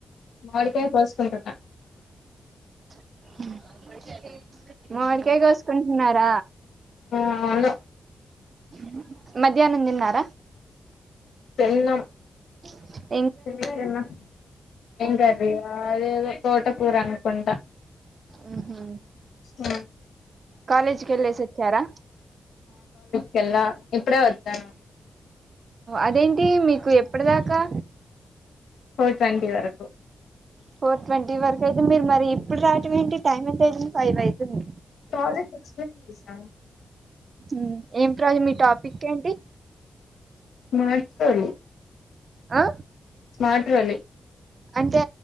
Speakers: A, on the left; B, on the right.
A: మామిడికాయ కోసుకుంటున్న
B: ఊ ఇది ఏంటిది మామిడికాయ కోసుకుంటున్నారా
A: ఆ అవును
B: డోర్ సౌండ్ మధ్యాహ్నం తిన్నారా
A: తిన్నాం
B: డోర్ సౌండ్
A: తిన్న తిన్న ఏం కర్రీ అదేదో తోటకూర అనుకుంటా
B: ఉ హు
A: ఆ
B: కాలేజీకి వెళ్లేసి వచ్చారా
A: తెల్ల ఇప్పుడే వచ్చాను
B: అదేంటి మీకు ఎప్పటిదాకా
A: ఫోర్ ట్వంటీ వరకు
B: ఫోర్ ట్వంటీ వరకు అయితే మీరు మరి ఇప్పుడు రావడం ఏంటి టైం ఎంతవుంది ఫైవ్ అవుతుంది
A: ప్రాజెక్ట్ ఎక్స్ప్లెయిన్ చేసావా
B: ఉ ఏంట్రా ఈరోజు మీ టాపిక్ ఏంటి
A: స్మార్ట్ ఫోన్
B: ఆ
A: మాటాల
B: అంటే